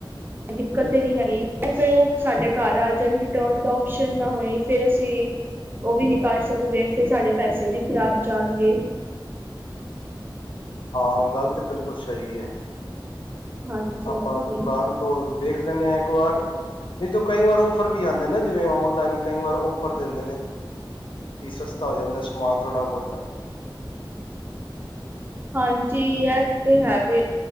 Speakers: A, on the right (about 25°); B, on the left (about 75°).
A: ਦਿੱਕਤ ਤੇ ਨਹੀਂ ਹੈਗੀ ਫੇਰ ਉਹ ਸਾਡੇ ਘਰ ਆ ਜਾਣ ਰਿਟਰਨ ਦਾ ਆਪਓਸ਼ਨ ਨਾ ਹੋਏ ਫੇਿਰ ਅਸੀਂ ਉਹ ਵੀ ਨੀ ਕਰ ਸਕਦੇ ਫਿਰ ਸਾਡੇ ਪੈਸੇ ਵੀ ਖ਼ਰਾਬ ਜਾਣਗੇ।
B: ਹਾਂ ਗੱਲ ਤੇ ਬਿਲਕੁਲ ਸਹੀ ਐ।
A: ਹਾਂਜੀ
B: ਆਪਾਂ
A: ਹਾਂਜੀ
B: ਦੁਕਾਨ ਤੋਂ ਦੇੇਖ ਲੈਂਨੇ ਹਾਂ ਇੱਕ ਵਾਰ, ਨਹੀਂ ਤਾਂ ਕਈ ਵਾਰ ਔਫਰ ਵੀ ਆਉਂਦੇ ਨਾ ਜਿਵੇਂ ਔਨਲਾਈਨ ਕਈ ਵਾਰ ਆਫਰ ਦਿੰਦੇ ਨੇ। ਕਿ ਸਸਤਾ ਹੋ ਜਾਂਦਾ ਸਮਾਨ ਥੋੜ੍ਹਾ ਬਹੁਤਾ।
A: ਹਾਂਜੀ ਇਹ ਤੇ ਹੈ ਵੀ।